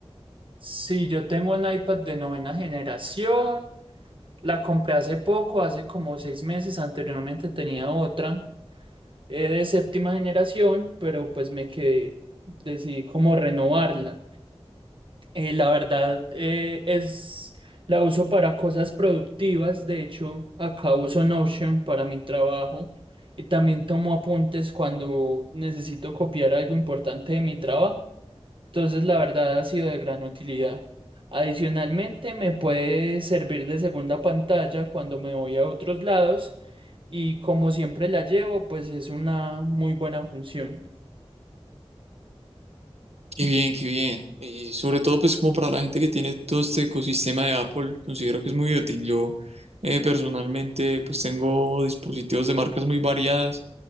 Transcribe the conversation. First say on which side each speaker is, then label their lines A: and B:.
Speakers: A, on the right; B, on the right.
A: Sí, yo tengo un iPad de novena generación, la compré hace poco, hace como seis meses, anteriormente tenía otra eh, de séptima generación, pero pues me quedé, decidí como renovarla. Eh, la verdad, eh, es la uso para cosas productivas. De hecho, acá uso Notion para mi trabajo y también tomo apuntes cuando necesito copiar algo importante de mi trabajo. Entonces, la verdad ha sido de gran utilidad. Adicionalmente, me puede servir de segunda pantalla cuando me voy a otros lados y como siempre la llevo, pues es una muy buena función.
B: Qué bien, qué bien. Y sobre todo, pues como para la gente que tiene todo este ecosistema de Apple, considero que es muy útil. Yo eh, personalmente, pues tengo dispositivos de marcas muy variadas.